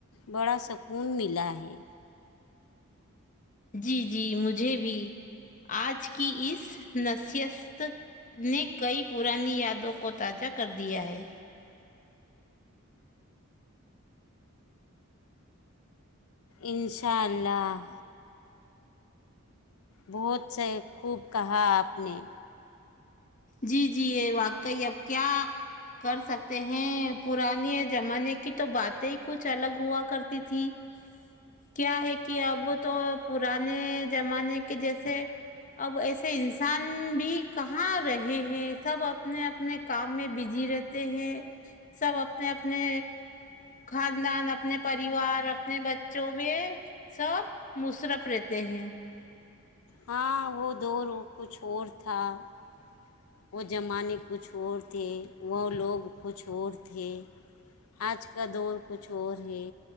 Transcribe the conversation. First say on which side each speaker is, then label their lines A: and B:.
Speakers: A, on the left; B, on the left.
A: بڑا سکون ملا ہے
B: جی جی مجھے بھی آج کی اس نصیست نے کئی پرانی یادوں کو تازہ کر دیا ہے
A: انشاء اللہ بہت سے خوب کہا آپ نے
B: جی جی یہ واقعی اب کیا کر سکتے ہیں پران زمانے کی تو باتیں ہی کچھ الگ ہوا کرتی تھی کیا ہے کہ اب تو پرانے زمانے کے جیسے اب ایسے انسان بھی کہاں رہتے ہیں سب اپنے اپنے کام میں بزی رہتے ہیں سب اپنے اپنے خاندان اپنے پریوار اپنے بچوں میں سب مصرف رہتے ہیں
A: ہاں وہ دوورو کچھ اور تھا <unintelligible> وہ زمانے کچھ اور تھے وہ لوگ کچھ اور تھے آج کا دور کچھ اور ہے